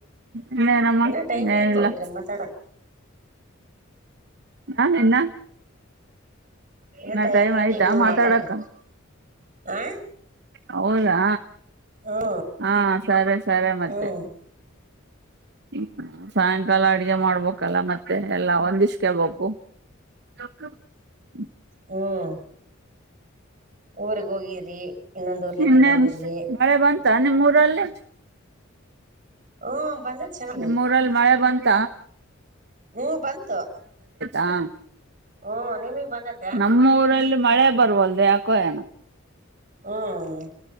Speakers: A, on the right (about 55°); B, on the right (about 40°).
A: ಏನೇನಮ್ಮ
B: ಇನ್ನ ಟೈಮ್
A: ಏನಿಲ್ಲ.
B: ಐತಲ್ರಿ ಮಾತಾಡಕ್
A: ಹಾ ಇನ್ನ.
B: ಇನ್ನು
A: ಇನ್ನ
B: ಟೈಮ್ ಐತಿ
A: ಆಯ್ತಾ
B: ಇನ್ನ
A: ಮಾತಾಡಕ
B: ಮಾತಾಡ್ರಿ ಹಾ.
A: ಹೌದಾ
B: ಹ್ಮ್
A: ಹಾ ಸರಿ ಸರಿ ಮತ್ತೆ.
B: ಹ್ಮ್
A: ಹ್ಮ ಸಾಯಂಕಾಲ ಅಡ್ಗೆ ಮಾಡ್ಬೇಕಲ್ಲ ಮತ್ತೆ ಎಲ್ಲಾ ಒಂದಿಸ್ಕಬೇಕು. <unintelligible>
B: ಹ್ಮ್ ಊರ್ಗ್ ಹೋಗಿದ್ರಿ ಇನ್ನೊಂದ ಊರ್ಲಿಂದ
A: ಇನ್ನೇನ್
B: ಇನ್ನೊಂದ ಊರ್ಗೆ.
A: ಮಳೆ ಬಂತ ನಿಮ್ಮ ಊರಲ್ಲಿ.
B: ಹ್ಮ್ ಬಂದತ್ ಚೆನ್ನಾಗಿ
A: ನಿಮ್ಮೂರಲ್ಲಿ ಮಳೆ ಬಂತ.
B: ಹು ಬಂತು.
A: ಹಾ
B: ಹ್ಮ ನಿಮಿಗೆ ಬಂದತ್ತ.
A: ನಮ್ಮ ಊರಲ್ಲಿ ಮಳೆ ಬರುವವಲ್ದು ಯಾಕೋ ಏನೋ.
B: ಹ್ಮ್